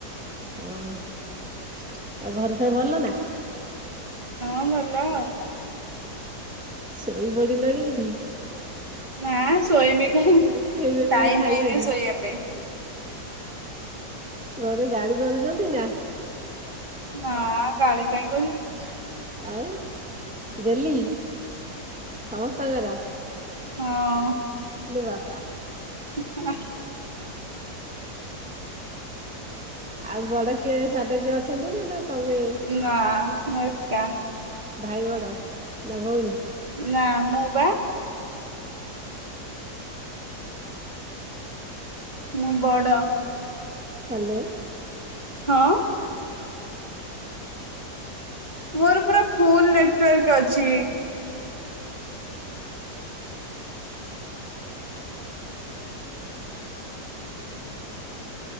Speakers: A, in the centre; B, on the right.
A: ଓ ଆଉ ଘରେ ସବୁ ଭଲ ନା।
B: ହଁ ଭଲ ଆଉ।
A: ଶୋଇ ପଡିଲଣି କି।
B: ନାଁ ଶୋଇବେ କାହିଁକି
A: ଉଠେଇବେ ପୁଣି
B: ଟାଇମ୍
A: ଖାଇବାକୁ
B: ହେଇନି ଶୋଇବା ପାଇଁ।
A: ଘରେ ଗାଳି କରୁଛନ୍ତି ନା।
B: ନା ଗାଳି କାହିଁ କରିବେ।
A: ଆଉ। ଗେହ୍ଲି। ସମସ୍ତଙ୍କର।
B: ହଁ।
A: ଲୋ ବାପା।
B: ତୁ ତ ବାହା
A: ଆଉ ବଡ କିଏ ସାନ କିଏ ଅଛନ୍ତି ନା ନା ତମେ
B: ନା ମୁଁ ଏକା।
A: ଭାଇ ବଡ ନା ଭଉଣୀ।
B: ନା ମୁଁ ବା। ମୁଁ ବଡ଼।
A: ହ୍ୟାଲୋ।
B: ହଁ। ମୋର ପୁରା ଫୁଲ୍ ନେଟ୍ ୱାର୍କ ଅଛି।